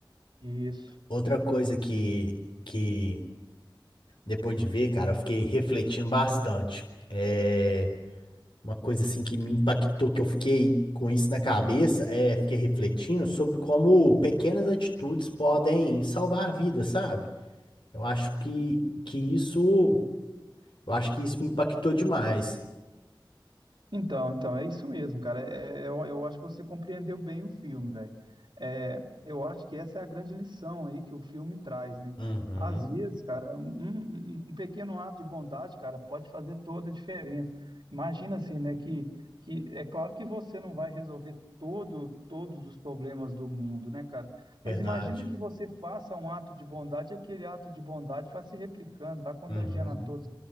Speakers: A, on the right (about 65°); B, on the left (about 70°).
A: Isso.
B: Outra coisa que, que depois de ver, cara, eu fiquei refletindo bastante. É uma coisa assim que me impactou, que eu fiquei com isso na cabeça, é fiquei refletindo sobre como pequenas atitudes podem salvar vidas, sabe? Eu acho que, que isso, eu acho que isso me impactou demais.
A: Então, então, é isso mesmo, cara. É, é, eu, eu acho que você compreendeu bem o filme, velho. É, eu acho que essa é a grande lição aí que o filme traz, né?
B: Uhum,
A: Às vezes, cara, um, um- um pequeno ato de bondade, cara, pode fazer toda a diferença. Imagina assim, né? Que, que é claro que você não vai resolver todo, todos os problemas do mundo, né, cara? Mas
B: verdade.
A: imagina que você faça um ato de bondade, e aquele ato de bondade vai se replicando, vai contagiando
B: Uhum,
A: a todos.